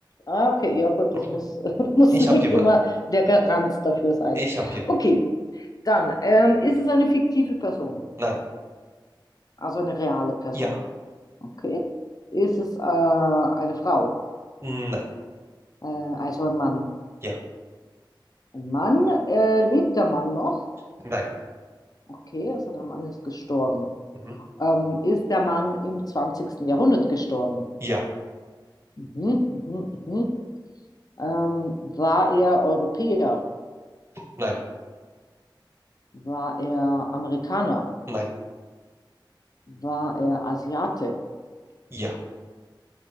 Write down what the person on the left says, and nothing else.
Ah, okay, ja gut,
das muss, <laughs> muss
nicht
immer der Garant dafür sein.
Okay, dann ähm, ist es eine fiktive Person,
also eine reale Person.
Okay, ist es äh, eine Frau,
äh, also ein Mann.
Ein Mann, äh, lebt der Mann noch?
Okay, also der Mann ist gestorben.
Ähm, ist der Mann im zwanzigsten Jahrhundert gestorben?
Mhm, mhm, mhm. Ähm, war er Europäer?
War er Amerikaner?
War er Asiate?